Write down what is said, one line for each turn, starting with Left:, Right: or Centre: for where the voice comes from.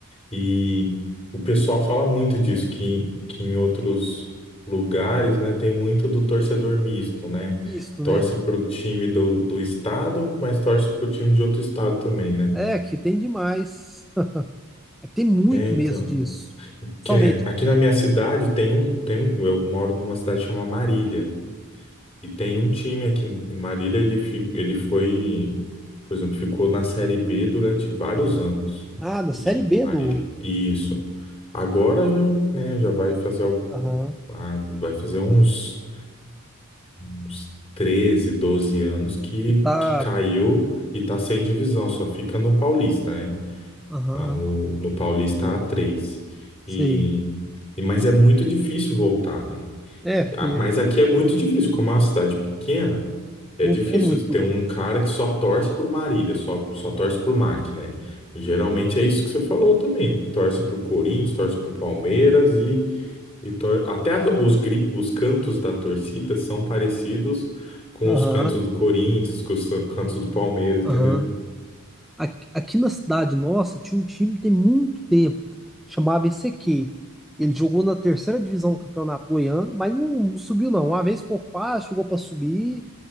Left: E o pessoal fala muito disso, que, que em outros lugares, né, tem muito do torcedor misto, né?
Centre: Isso,
Left: Torce
Centre: né?
Left: para o time do, do estado, mas torce para o time de outro estado também, né?
Centre: É, que tem demais. <laughs> Tem muito
Left: É,
Centre: mesmo
Left: então.
Centre: disso. Somente.
Left: Que nem aqui na minha cidade tem um, tem um, eu moro numa cidade chamada Marília. E tem um time aqui em Marília, ele, fi- ele foi, por exemplo, ficou na Série B durante vários anos,
Centre: Ah, da
Left: o
Centre: Série
Left: time
Centre: B
Left: de Marília.
Centre: do.
Left: Isso. Agora já, né, já vai fazer, al-
Centre: Aham.
Left: ah, vai fazer uns, uns 13, 12 anos que,
Centre: Que tá.
Left: que caiu e tá sem divisão, só fica no Paulista, né?
Centre: Aham.
Left: tá? No, no Paulista a três
Centre: Sei.
Left: E, e- mas é muito difícil voltar, né?
Centre: É, porque
Left: A- Mas aqui é muito difícil, como é uma cidade pequena, é
Centre: não
Left: difícil
Centre: tem muito.
Left: ter um cara que só torce por Marília, só, só torce por MAC, né? Geralmente é isso que você falou também. Torce por Corinthians, torce por Palmeiras e, e tor- até a- os, gri- os cantos da torcida são parecidos com
Centre: Aham.
Left: os cantos do Corinthians, com os cantos do Palmeiras,
Centre: Aham.
Left: entendeu?
Centre: Aqui, aqui na cidade nossa tinha um time tem muito tempo, chamava ECQ. Ele jogou na terceira divisão do Campeonato Goiano, mas não, não subiu não. Uma vez ficou quase, chegou para subir,